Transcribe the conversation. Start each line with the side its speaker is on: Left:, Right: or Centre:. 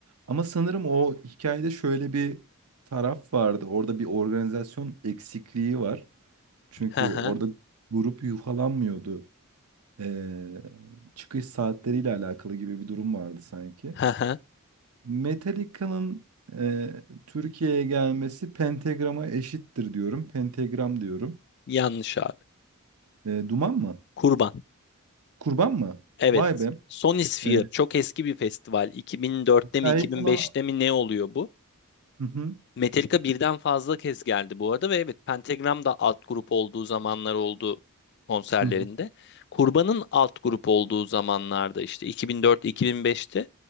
Right: Ama sanırım o hikayede şöyle bir taraf vardı. Orada bir organizasyon eksikliği var. Çünkü
Left: Hı hı,
Right: orada grup yufalanmıyordu. Ee, çıkış saatleriyle alakalı gibi bir durum vardı sanki.
Left: hı hı.
Right: Metallica'nın e, Türkiye'ye gelmesi Pentagram'a eşittir diyorum. Pentagram diyorum.
Left: Yanlış abi.
Right: E, Duman mı?
Left: Kurban.
Right: Kurban mı?
Left: Evet.
Right: Vay be.
Left: Sonisphere
Right: E,
Left: çok eski bir festival. 2004'te
Right: hikayeyi
Left: mi 2005'te
Right: bana...
Left: mi ne oluyor bu?
Right: Hı hı,
Left: Metallica birden fazla kez geldi bu arada ve evet Pentagram da alt grup olduğu zamanlar oldu konserlerinde.
Right: hı hı,
Left: Kurban'ın alt grup olduğu zamanlarda işte 2004-2005'te